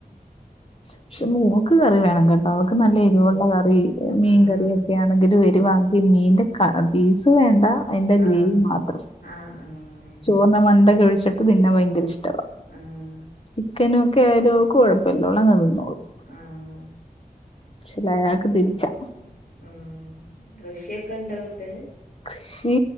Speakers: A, on the left; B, on the left.
A: പക്ഷെ മോക്ക് കറി വേണം കേട്ട അവൾക്ക് നല്ല എരിവുള്ള
B: ഉം
A: കറി മീൻ
B: ആഹ്
A: കറി ഒക്കെ ആണെങ്കിലും വരുവാ
B: ഉം
A: മീനിന്റെ ക പീസ് വേണ്ട അതിന്റെ ഗ്രേവി
B: ആഹ്
A: മാത്രം.
B: ആഹ് ആഹ്
A: ചോർണ്ണ മണ്ടക്ക് ഒഴിച്ചിട്ട് തിന്നാൻ ഭയങ്കര ഇഷ്ടവാ
B: ഉം
A: ചിക്കനും ഒക്കെ ആയാലും ഓക്ക് കൊഴപ്പല്ല ഓളങ്ങ് തിന്നോളും
B: ആഹ്
A: പക്ഷെയാൾക്ക് തിരിച്ചാ
B: ഉം കൃഷിയൊക്കെ ഇണ്ടോ വീട്ടില്.
A: കൃഷി